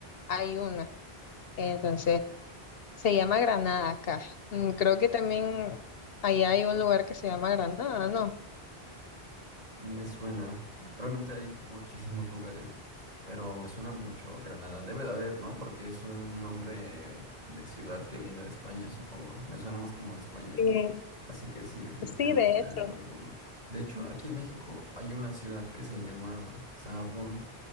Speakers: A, on the left; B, on the right.
A: hay una. Entonces, Se llama Granada acá. Mm, Creo que también allá hay un lugar que se llama Granada, ¿no?
B: Me suena. Realmente hay muchísimos lugares, pero me suena mucho Granada. Debe de haber, ¿no? Porque es un nombre de ciudad que viene de España, supongo. Me suena más como de España.
A: Eh,
B: Así que sí, definitivamente
A: sí, de
B: debe
A: hecho.
B: haber alguno. De hecho, aquí en México hay una ciudad que se llama Sahagún,